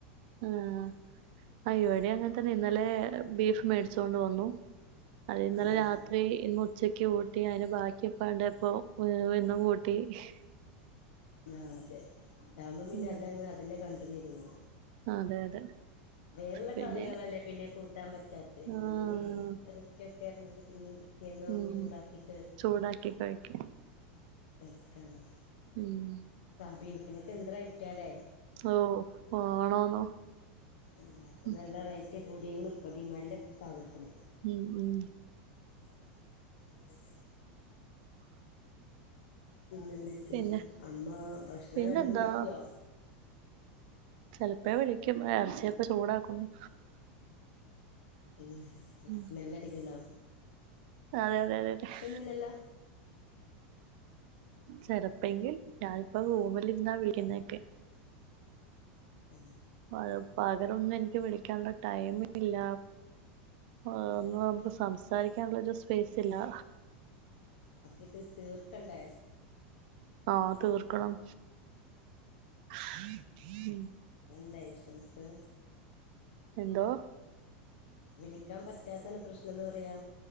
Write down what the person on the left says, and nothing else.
ആഹ്
ആ അതെ ണ്ടാവുമ്പോ പിന്നെ
അതങ്ങനെ അതന്നെ കണ്ടിന്യു ചെയ്ത് പോവും
വേറള്ള
കറികളല്ലേ പിന്നെ കൂട്ടാൻ പറ്റാത്തെ
മീന് ഇറ ച്ചൊക്കെഞ്ഞത് പിന്നിം പി റ്റെന്ന് ഒന്ന്
ചൂടാക്കിട്ട്
കഴിക്കാലോ
സാബീഷിനൊക്കെ എന്ത് റൈറ്റാലേ
പ്പം
നല്ല റേറ്റ് കൂടിക്ക്ണ്‌പ്പം ഡിമാൻഡ് പ്പ സാധൻത്തിന്
<unintelligible> പിന്നെന്തൊക്കെ
അമ്മ ഭക്ഷണം
വേൾമ്പി വിളിക്ക്യോ
ഉം
സ്മെല്ലടിക്കണ്ടോ
ത് ല്ല ല്ലോ
ആ
അപ്പ ത് തീർക്കണ്ടേ
എന്ത ഇഷ്യൂസ്
വിളിക്കാൻ പറ്റാത്താണ് പ്രശ്നംന്ന് പറയാ